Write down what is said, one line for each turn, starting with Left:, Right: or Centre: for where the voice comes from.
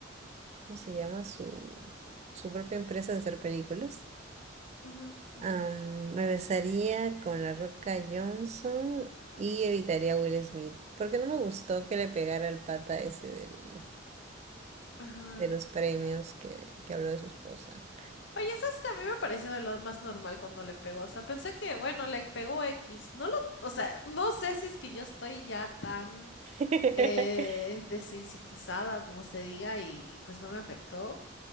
Right: ¿cómo se llama? Su, su propia empresa de hacer películas.
Left: ujú, ujú.
Right: Am, me besaría con La Roca Johnson y evitaría a Will Smith, porque no me gustó que le pegara el pata ese del,
Left: Ajá.
Right: de los premios que, que habló de su esposa.
Left: Oye, ¿sabes que a mí me pareció de lo más normal cuando le pegó? O sea, pensé que, bueno, le pegó X. No lo, o sea, no sé si es que yo estoy ya tan
Right: <laughs>
Left: eh, desensitizada, o como se diga, y pues no me afectó.